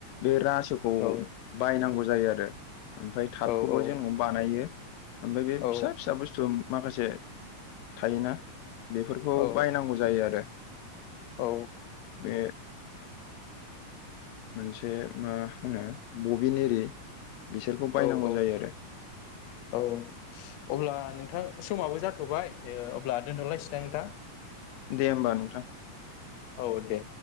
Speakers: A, on the left; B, on the left.
A: बे रा सो बुस्थुखौ
B: औ
A: बायनांगौ जायो आरो ओमफ्राय थारखौबो
B: औ औ
A: जोंनाव बानायो। ओमफ्राय बे
B: औ
A: फिसा फिसा बुस्थु माखासे थायोना बेफोरखौ
B: औ
A: बायनांगौ जायो आरो।
B: औ
A: बे मोनसे मा होनो बिन एरि बिसोरखौ बायनांगौ
B: औ
A: जायो
B: औ
A: आरो।
B: औ अब्ला नोंथां समाबो जाथ'बाय ओ अब्ला दोनथ'लायसैदां नोंथां?
A: दे होमबा नोंथां।
B: औ दे।